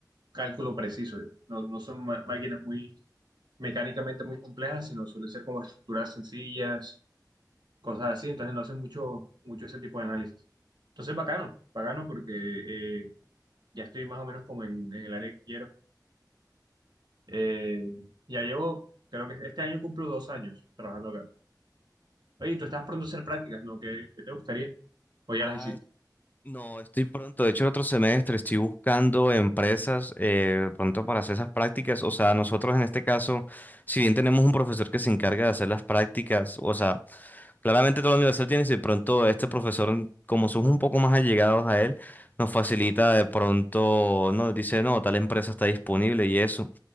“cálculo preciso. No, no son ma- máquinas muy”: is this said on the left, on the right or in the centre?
Right